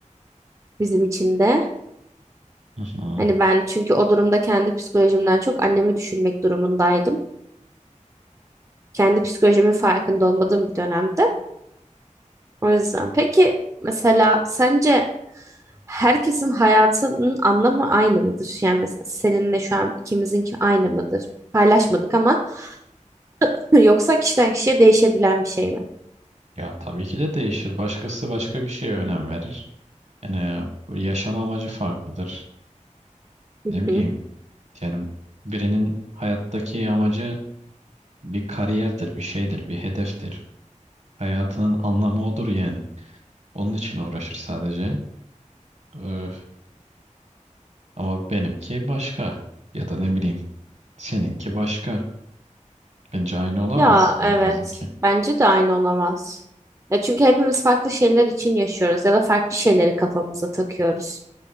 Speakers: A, on the right; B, on the right.
A: bizim için de.
B: Hı hı.
A: Hani ben çünkü o durumda kendi psikolojimden çok annemi düşünmek durumundaydım. Kendi psikolojimin farkında olmadığım bir dönemde. O yüzden peki mesela sence herkesin hayatının anlamı aynı mıdır? Yani mesela seninle şu an ikimizinki aynı mıdır? Paylaşmadık ama <laughs> yoksa kişiden kişiye değişebilen bir şey mi?
B: Ya tabii ki de değişir. Başkası başka bir şeye önem verir. Yani yaşam amacı farklıdır.
A: Hı
B: Ne bileyim.
A: hı.
B: Yani birinin hayattaki amacı bir kariyerdir, bir şeydir, bir hedeftir. Hayatının anlamı odur yani. Onun için uğraşır sadece. Öf. Ama benimki başka. Ya da ne bileyim seninki başka. Bence aynı olamaz
A: Ya
B: herkesinki.
A: evet. Bence de aynı olamaz. Ya çünkü hepimiz farklı şeyler için yaşıyoruz ya da farklı şeyleri kafamıza takıyoruz.